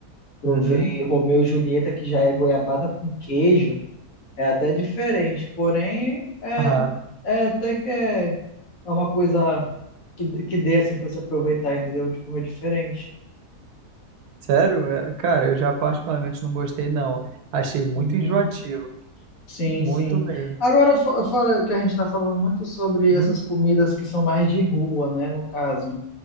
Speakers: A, on the left; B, on the right.
A: provei
B: uhum.
A: Romeu e Julieta, que já é goiabada com queijo, é até diferente, porém é,
B: Aham.
A: é até que é, é uma coisa que, que dê assim para se aproveitar, entendeu? De comer diferente.
B: Sério? É, Cara, eu já particularmente não gostei, não. Achei muito
A: Uhum.
B: enjoativo,
A: Sim,
B: muito
A: sim.
B: mesmo.
A: Agora, fo- fora que a gente está falando muito sobre
B: Uhum.
A: essas comidas que são mais de rua, né? No caso,